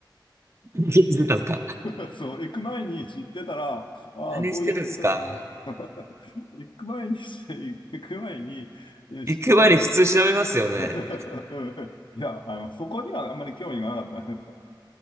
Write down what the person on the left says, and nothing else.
<laughs> そう、行く前に知ってたら、ああ、
こういう見方も <laughs> 行く前にし、行く前にえー知ってたら、
<laughs> いや、あの、そこにはあんまり興味がなかったんですよ。